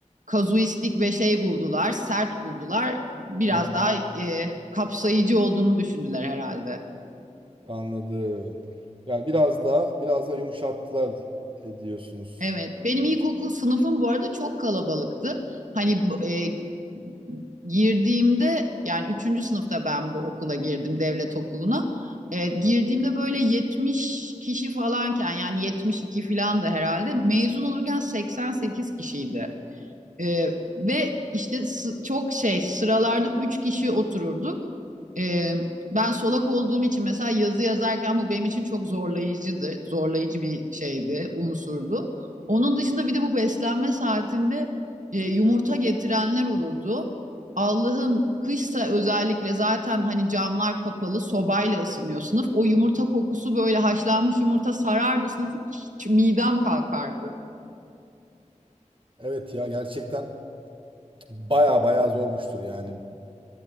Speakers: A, on the right (about 75°); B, on the right (about 40°).
A: kazuistik ve şey buldular, sert buldular. Biraz
B: Hı hı.
A: daha e, kapsayıcı olduğunu düşündüler herhalde.
B: Anladım. Yani biraz da biraz da yumuşattılar e, diyorsunuz.
A: Evet, benim ilkokul sınıfım bu arada çok kalabalıktı. Hani bu- e, girdiğimde yani üçüncü sınıfta ben bu okula girdim devlet okuluna. E, girdiğimde böyle 70 kişi falanken yani 72 falan da herhalde mezun olurken 88 kişiydi. Ee, ve işte sı- çok şey sıralarda üç kişi otururduk. Ee, ben solak olduğum için mesela yazı yazarken bu benim için çok zorlayıcıydı. Zorlayıcı bir şeydi, unsurdu. Onun dışında bir de bu beslenme saatinde e, yumurta getirenler olurdu. Allah'ım kışsa özellikle zaten hani camlar kapalı sobayla ısınıyor sınıf. O yumurta kokusu böyle haşlanmış yumurta sarardı sınıfı hiç midem kalkardı.
B: Evet ya gerçekten baya baya zormuştur yani.